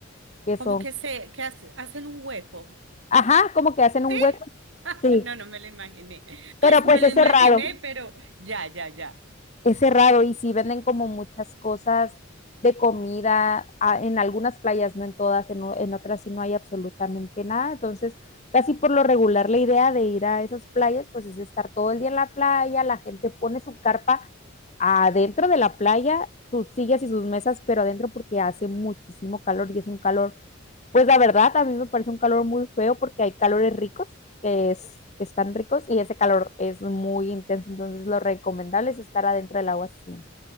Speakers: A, on the left (about 35°); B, on the right (about 65°).
A: que son,
B: como que se que hace- hacen un hueco
A: ajá, como que hacen un
B: ¿Sí?
A: hueco,
B: <laughs>
A: sí,
B: No, no me lo imaginé.
A: pero
B: Pues
A: pues
B: me lo
A: es
B: imaginé,
A: cerrado.
B: pero ya, ya, ya.
A: es cerrado y sí venden como muchas cosas de comida a- en algunas playas, no en todas, en, o- en otras sí no hay absolutamente nada. Entonces, casi por lo regular la idea de ir a esas playas, pues es estar todo el día en la playa, la gente pone su carpa adentro de la playa, sus sillas y sus mesas, pero adentro porque hace muchísimo calor y es un calor, pues la verdad, a mí me parece un calor muy feo porque hay calores ricos que es, están ricos y ese calor es muy intenso, entonces lo recomendable es estar adentro del agua siempre.